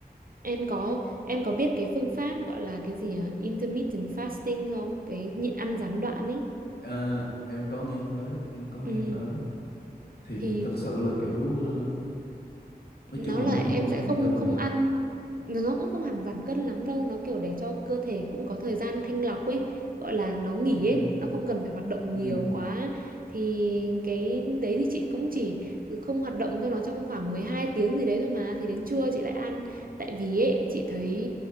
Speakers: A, on the right; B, on the left.
A: Em có em có biết cái phương pháp gọi là cái gì nhỉ? Intermittent fasting không? Cái nhịn ăn gián đoạn ấy.
B: Ờ, em có nghe tới, em có nghe
A: Ừ.
B: tới. Thì
A: Thì
B: thực sự là kiểu ờ, nói
A: nó
B: chung
A: là
B: là mấy
A: em
B: cái phương
A: sẽ
B: pháp
A: không
B: giảm cân
A: không
B: là
A: ăn nó cũng không hẳn giảm cân lắm đâu nó kiểu để cho cơ thể cũng có thời gian thanh lọc ấy gọi là nó nghỉ
B: ừ
A: ấy nó không cần phải hoạt động nhiều
B: ừ
A: quá thì cái đấy thì chị cũng chỉ không hoạt động cho nó trong khoảng 12 tiếng gì đấy thôi mà thì đến trưa chị lại ăn tại vì ấy chị thấy